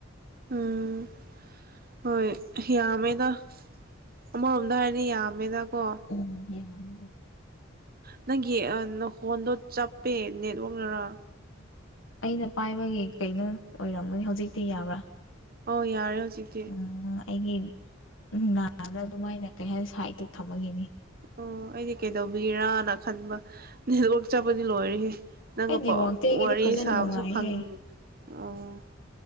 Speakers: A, on the right (about 50°); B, on the left (about 70°).
A: ꯎꯝ ꯍꯣꯏ ꯌꯥꯝꯃꯦꯗ ꯑꯃꯔꯣꯝꯗ ꯍꯥꯏꯔꯗꯤ ꯌꯥꯝꯃꯦꯗꯀꯣ
B: ꯎꯝ ꯌꯥꯃꯦꯕ
A: ꯅꯪꯒꯤ ꯐꯣꯟꯗꯣ ꯆꯞꯄꯦ ꯅꯦꯠꯋꯥꯛꯅꯔ
B: ꯑꯩꯅ ꯄꯥꯏꯕꯒꯤ ꯀꯩꯅꯣ ꯑꯣꯏꯔꯝꯒꯅꯤ ꯍꯧꯖꯤꯛꯇꯤ ꯌꯥꯕ꯭ꯔꯥ
A: ꯑꯣ ꯌꯥꯔꯦ ꯍꯧꯖꯤꯛ
B: ꯎꯝ ꯑꯩꯒꯤ ꯅꯥꯗ ꯑꯗꯨꯃꯥꯏꯅ ꯀꯩ ꯍꯥꯏꯅꯤ ꯁꯥꯏꯠꯇ ꯊꯝꯃꯒꯅꯤ
A: ꯑꯣ ꯑꯩꯗꯤ ꯀꯩꯗꯧꯕꯤꯔꯥꯅ ꯈꯟꯕ ꯅꯦꯠꯋꯥꯔꯛ ꯆꯞꯄꯗꯤ ꯂꯣꯏꯔꯦꯍꯦ ꯅꯪꯒ
B: ꯑꯩ ꯅꯦꯠꯋꯥꯛꯇꯤ
A: ꯄꯧ
B: ꯑꯩꯒꯤꯗꯤ
A: ꯋꯥꯔꯤ
B: ꯐꯖꯅ
A: ꯁꯥꯕꯁꯨ
B: ꯅꯨꯡꯉꯥꯏꯍꯦ
A: ꯐꯪ ꯑꯣ